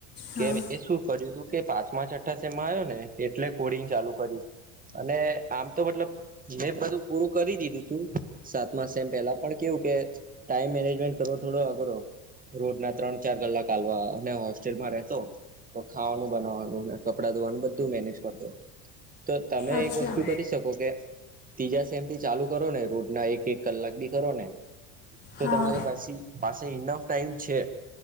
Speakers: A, on the left; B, on the right.
A: હા
B: કે એ શું કર્યું તું કે પાંચમા છઠ્ઠા સેમમાં આવ્યો ને એટલે કોડિંગ ચાલુ કર્યું અને આમ તો મતલબ મે બધું પૂરું કરી દીધું તું સાતમા સેમ પહેલા પણ કેવું કે ટાઈમ મેનેજમેન્ટ કરો થોડો અઘરો. રોજ ના ત્રણ ચાર કલાક ચાલવા અને હોસ્ટેલમાં રહેતો તો ખાવાનું બનાવવાનું ને કપડાં ધોવાનું બધું મેનેજ કરતો. તો તમે
A: અચ્છા
B: એક વસ્તુ કરી શકો કે ત્રીજા સેમથી ચાલુ કરો ને રોજના એક એક કલાક બી કરો ને તો
A: હા
B: તમારે પાસે પાસે ઇન્નફ ટાઈમ છે.